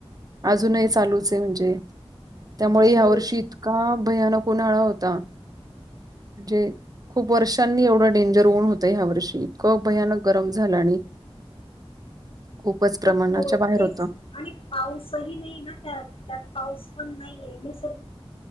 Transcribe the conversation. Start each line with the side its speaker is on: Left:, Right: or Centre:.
Right: अजूनही चालूचय म्हणजे त्यामुळे ह्या
Left: हो.
Right: वर्षी इतका-आ भयानक उन्हाळा होता जे खूप वर्षांनी एवढं डेंजर होऊन हो त ह्या वर्षी कं भयानक गरम झाल आणि खूपच <unintelligible>
Left: <inaudible>
Right: बाहेर
Left: तेच
Right: होतं.
Left: आणि पाऊसही नई ना त्यात त्यात पाऊस पण नाहीये मी